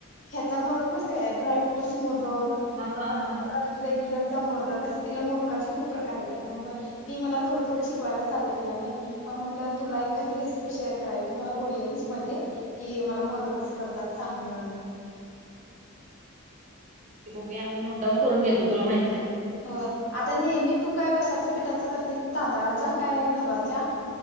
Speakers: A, on the left (about 60°); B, on the right (about 35°).
A: ह्याचा मोदक नसतोय का ड्राय फ्रुट्स मोदक
B: हा हा
A: परत
B: हा
A: रेग्युलर चा मोदक अस तिला मोदकाची खूप प्रकार येत्यात मग ती मला थोड-थोड शिकवायला चालू केला नाही. म म्हटल तुला एखादी रेसिपी शेअर करावी तु मला बोललेलीस मध्ये कि मला मोदक कसे करतात? सांग म्हणून.
B: बघुया आमी नोट डाउन करून घेतो तुला माहिती
A: होय आता नेहमी तू काय कशाच पिठाचं करते? तांदळाच्या काय घवाच्या?